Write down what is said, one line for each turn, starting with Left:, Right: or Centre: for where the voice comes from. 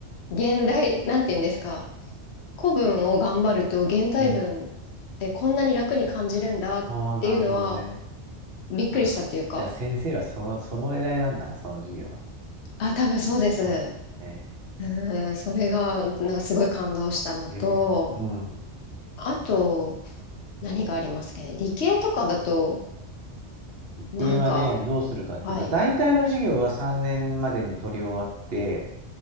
Left: 現代、なんて言うんですか、古文を頑張ると現代文っ
Right: うん。
Left: てこんなに楽に感じるんだっていうのは
Right: ああ、なるほどね。
Left: びっくりしたっていうか、
Right: あーじゃあ先生はその、その狙いなんだな、その授業は。
Left: あ、多分そうです。
Right: うん。ね。
Left: うん、それがなんかすごい感動したのと、
Right: へえ、うん。
Left: あと何がありますかね、理系とかだと、
Right: 理系はね、
Left: なんか、
Right: どうするかっていうと、
Left: はい。
Right: 大体の授業は3年までに取り終わって、